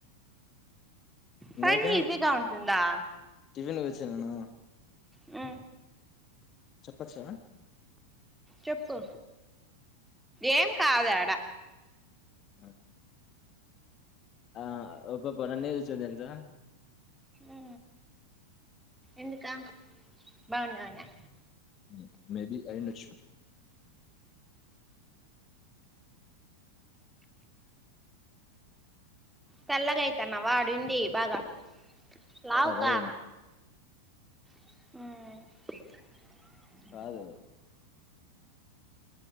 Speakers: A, on the left; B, in the centre.
A: అ ఇందాక
B: పని ఈజీగా ఉంటుందా
A: టిఫన్ కి పోయోచ్చినాను
B: ఊ
A: చెప్పొచ్చ
B: చెప్పు ఏం కాద్ యాడ
A: ఊ ఆ ఓ పాప నన్నే జూస్తాంది తెల్సా
B: ఊ ఎందుకా బాగున్నావనా
A: ఉ మేబీ అయ్యుండొచ్చు
B: తెల్లగైతన్నావా ఆడుండి బాగా లావుకా
A: కర్రగనా
B: ఊమ్
A: కాదు